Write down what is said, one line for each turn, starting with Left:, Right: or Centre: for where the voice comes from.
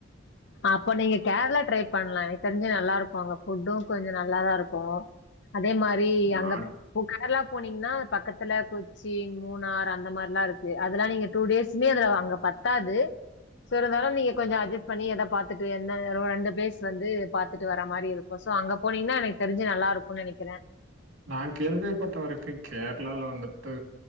Left: அப்ப நீங்க கேரளா ட்ரை பண்ணலாம் எனக்கு தெரிஞ்சி நல்லா இருக்கும் அங்க ஃபுட்டும் கொஞ்சம் நல்லாதான் இருக்கும் அதே மாதிரி அங்க
Right: நான்
Left: பூக்க கேர்ளா போனீங்கன்னா பக்கத்துல கொச்சி மூணார் அந்த மார்லாம் இருக்கு அதெல்லாம் நீங்க டூ டேஸ்மே அது அங்க பத்தாது சோ ஒரு தடவ நீங்க கொஞ்சம் அட்ஜ் பண்ணி அத பாத்தட்டு என்ன அங்க ரெண்டு பேஸ் வந்து பாத்துட்டு வர மாரி இருக்கும் சோ அங்க போனீங்னா எனக்கு தெரிஞ்சு நல்லா இருக்கும் நனை னிக்குறேன்
Right: நான் கேள்விப்பட்ட வரைக்கு கேரளால வந்துட்டு